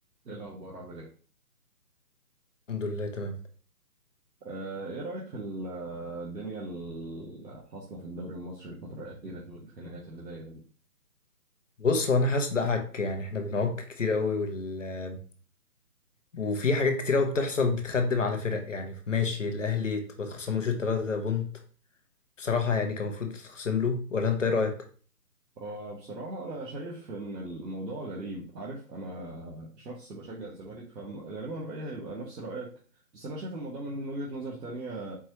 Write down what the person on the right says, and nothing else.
ايه الاخبار عامل ايه
آه، ايه رأيك في ال- الدنيا اللي حاصلة في الدوري المصري الفترة الأخيرة دي والخناقات اللي دايرة دي
هو بصراحة أنا شايف إن الموضوع غريب عارف أنا شخص بشجع الزمالك فغالبا رأيي هيبقى نفس رأيك بس أنا شايف الموضوع من وجهة نظر تانية